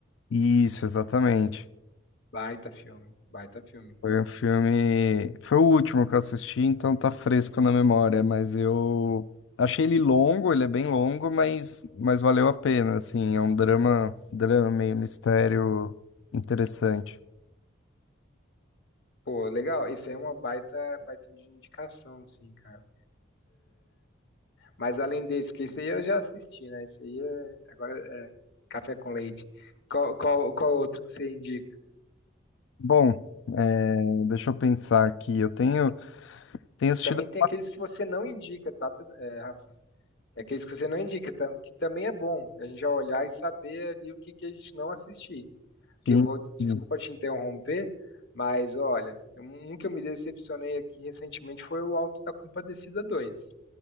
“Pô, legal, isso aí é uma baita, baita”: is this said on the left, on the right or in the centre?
Left